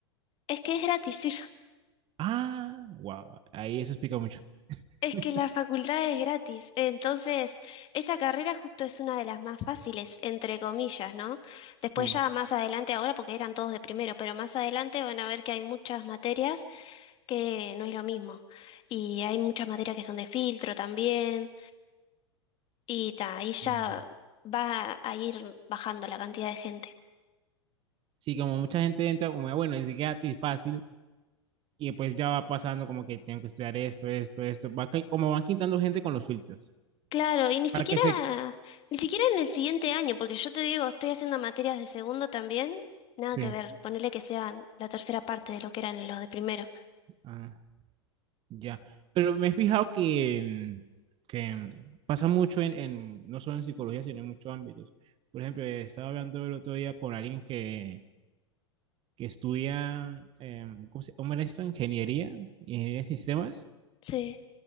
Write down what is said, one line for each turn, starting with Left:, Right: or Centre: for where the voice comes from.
Left: es que es gratis. ir. <laughs>
Right: Ah, wow, ahí eso explica mucho.
Left: Es
Right: <laughs>
Left: que la facultad es gratis. Entonces, esa carrera justo es una de las más fáciles, entre comillas, ¿no? Después
Right: Sí,
Left: ya más adelante, ahora porque eran todos de primero, pero más adelante van a ver que hay muchas materias que no es lo mismo. Y hay muchas materias que son de filtro también. y ta, ahí ya
Right: bien.
Left: va a ir bajando la cantidad de gente.
Right: Sí, como mucha gente entra como, bueno, es gratis, fácil, y pues ya va pasando como que tengo que estudiar esto, esto, esto, va ca- como van quitando gente con los filtros,
Left: Claro, y ni siquiera,
Right: para que se...
Left: ni siquiera en el siguiente año, porque yo te digo, estoy haciendo materias de segundo también, nada
Right: Sí.
Left: que ver, ponerle que sean la tercera parte de lo que eran los de primero.
Right: Ah. Ya, pero me he fijado que, en- que en- pasa mucho en, en, no solo en psicología, sino en muchos ámbitos. Por ejemplo, eh, estaba hablando el otro día con alguien que, que estudia, eh, ¿cómo se llama esto? Ingeniería, ingeniería de sistemas,
Left: Sí,